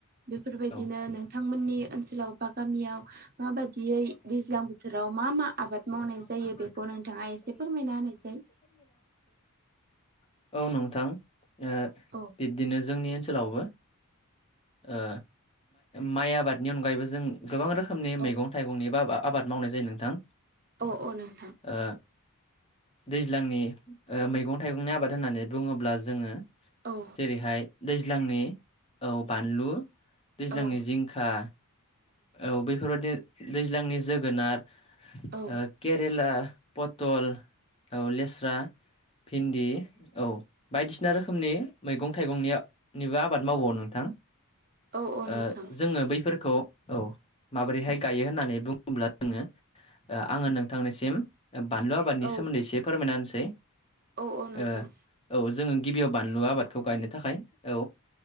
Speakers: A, on the right; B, on the left.
A: बेफोरबायदिनो
B: औ
A: नोंथांमोननि ओनसोलाव बा गामियाव माबायदियै दैज्लां बोथोराव मा मा
B: दैज्लां
A: आबाद
B: बोथोराव
A: मावनाय जायो
B: मा मा
A: बेखौ
B: आबाद
A: नोंथाङा
B: मावनाय
A: एसे
B: जायो
A: फोरमायना
B: बेखौ नोंथाङा
A: होनायसाय
B: एसे फोरमायनो <inaudible> औ नोंथां ओ
A: औ
B: बिब्दिनो जोंनि ओनसोलावबो। ओ माइ आबादनि अनगायैबो जों गोबां रो खोमनि
A: औ
B: मैगं थाइंनि बा आबाद मावनाय जायो नोंथां।
A: अ अ नोंथां।
B: ओ दैज्लांनि ओ मैगं थाइगंनि आबाद होननानै बुङोब्ला जोङो।
A: औ
B: जेरैहाय दैज्लांनि औ बानलु दैज्लांनि
A: औ
B: जिंखा औ बेफोरबायदि दैज्लांनि जोगोनार ओ
A: औ
B: केरेला पतल औ लेस्रा भिन्दि औ बायदिसिना रोखोमनि मैगं थाइगंनि निबो आबाद मावो नोंथां।
A: औ औ नोंथां
B: ओ जोङो बैफोरखौ औ माबोरैहाय गायो होननानै बुङोब्ला जोङो ओ आङो नोंथांनिसिम ओ बानलु आबादनि
A: औ
B: सोमोन्दै एसे फोरमायना होनसै
A: औ औ नोंथां
B: ओ औ जोङो गिबियाव बानलु आबादखौ गायनो थाखाय औ